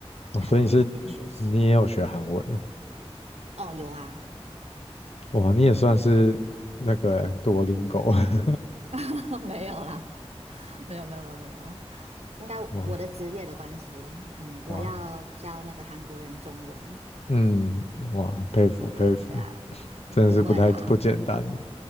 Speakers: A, on the left; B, on the right.
A: 哦所以你是你也有学韩文了，
B: 看他的影片学习。哦，有啊，
A: 哇，你也算是那个多邻狗，<laughs>
B: <laughs> 没有啦，没有没有没有没有，没有应该我的职业的关系，
A: 哇
B: 嗯，我要教那个韩国人中文，
A: 哇，嗯哇，佩服佩服，
B: 所以对啊，
A: 真的是不太不简单，
B: 不会啦，